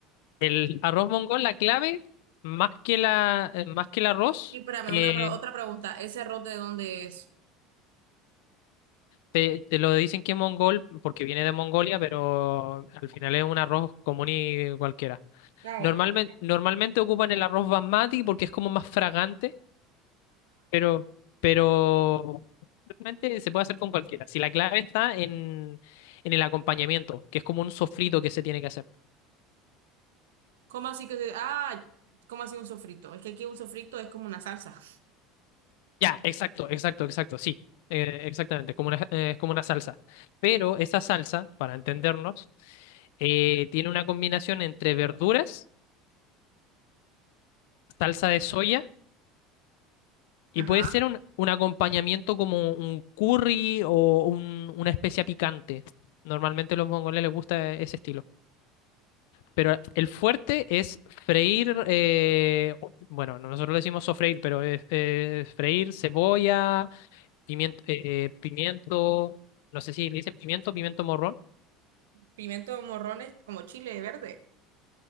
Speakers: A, on the left; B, on the right.
A: El arroz mongol, la clave, más que la, eh, más que el arroz,
B: Y espérame,
A: eh,
B: una, pre- otra pregunta. ¿Ese arroz de dónde es?
A: te, te lo dicen que es mongol porque viene de Mongolia, pero al final es un arroz común y cualquiera.
B: Ah,
A: Normalmente,
B: bueno. ajá.
A: normalmente ocupan el arroz basmati porque es como más fragante, pero, pero realmente se puede hacer con cualquiera. Si la clave está en, en el acompañamiento, que es como un sofrito que se tiene que hacer.
B: ¿Cómo así que se... Ah, ¿cómo así un sofrito? Es que aquí un sofrito es como una salsa.
A: Ya, exacto, exacto, exacto, sí, eh, exactamente, como una, eh, es como una salsa. Pero esa salsa, para entendernos, eh, tiene una combinación entre verduras, salsa de soya y
B: Ajá.
A: puede ser un, un acompañamiento como un curry o un- una especia picante. Normalmente a los mongoles les gusta ese estilo. Pero el fuerte es freír, eh, bueno, nosotros le decimos sofreír, pero es, es freír cebolla Pimiento, eh, eh, pimiento, no sé si le dicen pimiento, pimiento morrón.
B: Pimiento morrones como chile verde.